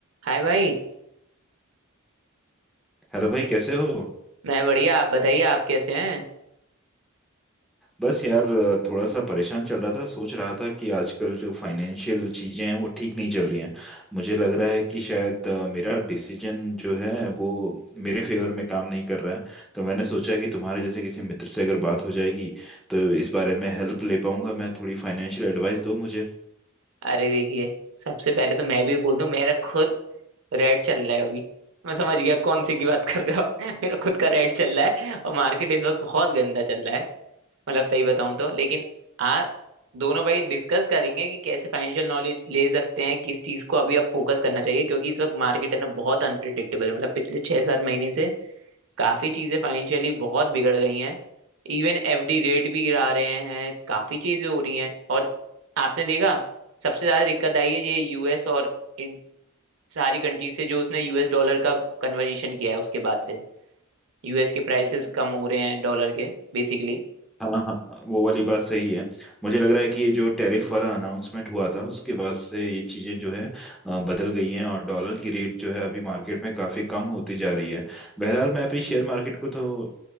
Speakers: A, on the right; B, in the centre.
A: हाय भाई
B: Hello भाई कैसे हो
A: मैं बढ़िया आप बताइए आप कैसे हैं
B: बस यार थोड़ा सा परेशान चल रहा था सोच रहा था कि आजकल जो फाइनेंशियल चीज़ें हैं वो ठीक नहीं चल रही हैं मुझे लग रहा है कि शायद अ, मेरा डिसीजन जो है वो मेरे फेवर में काम नहीं कर रहा है तो मैंने सोचा कि तुम्हारे जैसे किसी मित्र से अगर बात हो जाएगी तो इस बारे में हेल्प ले पाऊंगा मैं थोड़ी फाइनेंशियल एडवाइस दो मुझे
A: अरे देखिए सबसे पहले तो मैं भी बोल दूं मेरा खुद रेड चल रहा है अभी मैं समझ गया कौन सी की बात कर रहे हो आप। <laughs> मेरा खुद का रेड चल रहा है और मार्केट इस वक्त बहुत गंदा चल रहा है मतलब सही बताऊं तो लेकिन आ दोनों भाई डिस्कस करेंगे कि कैसे फाइनेंशियल नॉलेज ले सकते हैं किस चीज को अभी आप फोकस करना चाहिए क्योंकि इस वक्त मार्केट है ना बहुत अनप्रिडिक्टेबल है मतलब पिछले छह सात महीने से काफी चीजें फाइनेंशियली बहुत बिगड़ गई हैं इवन एफडी रेट भी गिरा रहे हैं काफी चीजें हो रही हैं और आपने देखा सबसे ज्यादा दिक्कत आई है ये यूएस और इन सारी कंट्रीज से जो उसने यूएस डॉलर का कन्वर्जेशन किया है उसके बाद से यूएस के प्राइसेस
B: हम्म
A: कम हो रहे हैं डॉलर के बेसिकली
B: हाँ हाँ हाँ, वो वाली बात सही है मुझे लग रहा है कि ये जो टैरिफ वाला अनाउंसमेंट हुआ था उसके बाद से ये चीज़ें जो है अ, बदल गई हैं और डॉलर की रेट जो है अभी मार्केट में काफ़ी कम होती जा रही है बहरहाल मैं अपनी शेयर मार्केट को तो